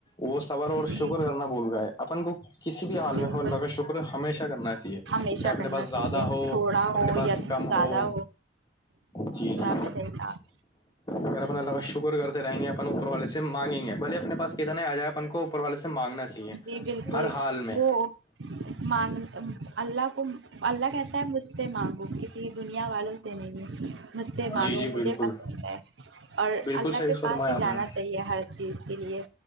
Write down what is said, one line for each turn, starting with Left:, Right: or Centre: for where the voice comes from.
Left: وہ صبر اور
Right: جی
Left: شکر کرنا بھول گئے اپن کو کسی بھی حال
Right: بالکل
Left: میں ہو الله کا شکر ہمیشہ کرنا چاہیے چاہے
Right: ہمیشہ
Left: اپنے
Right: کرنا
Left: پاس زیادہ
Right: چاہیے
Left: ہو
Right: تھوڑا
Left: اپنے
Right: ہو یا
Left: پاس کم
Right: زیادہ
Left: ہو جی جی
Right: <unintelligible>
Left: اگر اپ اللہ کا شکر کرتے رہیں گے اپن اوپر والے سے مانگیں گے بھلے اپنے پاس کتنے آ جائے اپن کو اوپر والے سے مانگنا چاہیے
Right: جی بالکل
Left: ہر حال میں
Right: وہ مانگ اللہ کو اللہ کہتا ہے مجھ سے مانگو کسی دنیا والوں سے نہیں مجھ سے ما
Left: جی
Right: نگو
Left: جی بالکل
Right: مجھے پسند ہے اور
Left: بالکل
Right: اللہ
Left: صحیح
Right: کے
Left: فرمایا
Right: پاس ہی
Left: آپ
Right: جانا
Left: نے
Right: چاہیے ہر چیز کے لیے